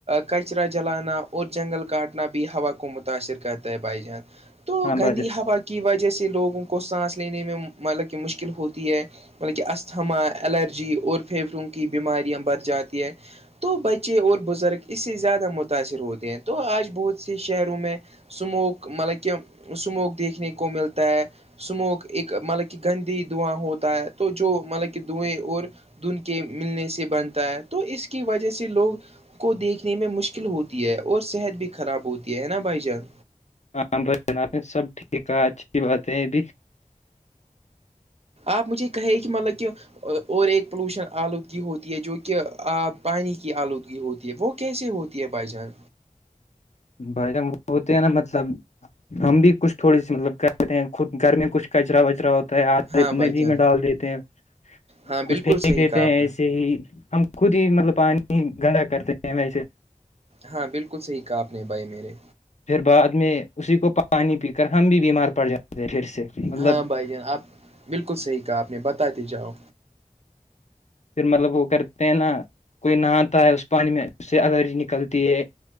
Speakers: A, on the right (about 45°); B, on the left (about 55°).
A: کچرا جلانا اور جنگل کاٹنا بھی ہووا کو متاثر کرتا ہے بائی جان تو
B: ہاں
A: گندی
B: بھائی جان
A: ہوا کی وجہ سے لوگوں کو سانس لینے میں مطلب کہ مشکل ہوتی ہے مطلب کہ استھما الرجی اور پھیپڑوں کی بیماریاں بڑھ جاتی ہے تو بچے اور بزرگ اس سے زیادہ متاثر ہوتے ہیں تو آج بہت سے شہروں میں سموک مطلب کہ سموک دیکھنے کو ملتا ہے سموک ایک مطلب کہ گندی دواں ہوتا ہے تو جو مطلب کہ دوئیں اور دن کے ملنے سے بنتا ہے تو اس کی وجہ سے لوگ کو دیکھنے میں مشکل ہوتی ہے اور صحت بھی خراب ہوتی ہے نا بھائی جان
B: ام ج سب ٹھیک ہے اچھی بات ہے بھی
A: آپ مجھے یہ کہے کہ مطلب کہ اور ایک پولوشن آلودگی ہوتی ہے جو کہ آب پانی کی آلودگی ہوتی وہ کیسے ہوتی ہے بھائی جان
B: بائیم وہ ہوتے ہیں نا مطلب ہم بھی کچھ تھوڑی سی مطلب کرتے ہیں خود گھر میں کچھ کچرا وجرا ہو
A: ہاں بھائی
B: ندی
A: جان
B: میں ڈال دیتے ہیں
A: ہاں بالکل
B: کچھ پھینک
A: صحیح
B: دیتے
A: کہا
B: ہیں
A: آپ نے
B: ایسے ہی ہم خود ہی مطلب پانی گندا کرتے ہیں ویسے
A: ہاں بالکل صحیح کہا آپ نے بھائی میرے
B: پھر بعد میں اسی کو پانی پی کر ہم بھی بیمار پڑ جاتے پھر سے مطلب
A: ہاں بھائی جان آپ بالکل صحیح کہا آپ نے بتا دیے جاؤ
B: پھر مطلب وہ کرتے ہیں نا کوئی نہاتا ہے اس پانی میں اس سے الرجی نکلتی ہے